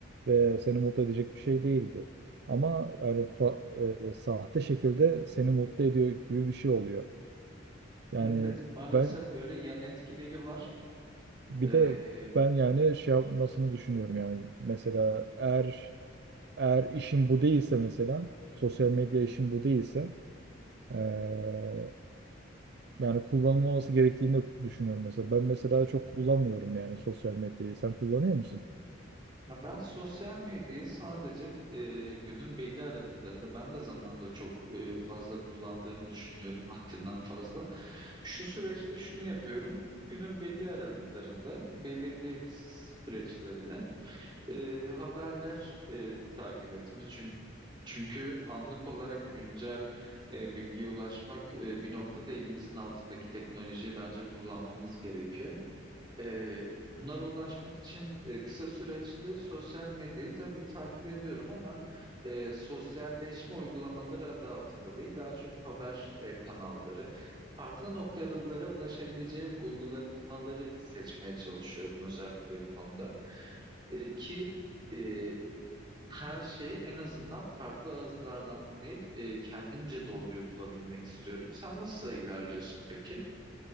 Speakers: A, on the right; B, on the right.
A: ve seni mutlu edecek bir şey değil bu. Ama yani fa- e, sahte şekilde seni mutlu ediyor gibi bir şey oluyor. Yani
B: Evet, evet. Maalesef
A: ben
B: böyle yan etkileri var.
A: bir
B: Ee,
A: de ben yani şey yapmasını düşünüyorum yani mesela eğer eğer işin bu değilse mesela sosyal medya işin bu değilse Ee, yani kullanılması gerektiğini de düşünüyorum mesela. Ben mesela çok kullanmıyorum yani sosyal medyayı. Sen kullanıyor musun?
B: ya ben sosyal medyayı sadece e, günün belli aralıklarında ben de zamanda çok e, fazla kullandığımı düşünüyorum haddinden fazla. Şu süreçte şunu yapıyorum. Günün belli aralıklarında belirli süreçleriyle e, haberler e, takip etme. Çünkü, çünkü anlık olarak güncel e, bilgiye ulaşmak e, bir noktada elimizin altındaki teknolojiyi bence kullanmamız gerekiyor. E, bunlara ulaşmak için e, kısa süreçli sosyal medyayı tabii takip ediyorum ama e, sosyalleşme uygulamaları adı altında değil, daha çok haber e, kanalları. Farklı noktalara ulaşabileceğim uygulamaları seçmeye çalışıyorum özellikle bu konuda. E, ki e, her şeyi en azından farklı ağızlardan dinleyip e, kendimce doğruyu bulabilmek istiyorum. Sen nasıl ilerliyorsun peki?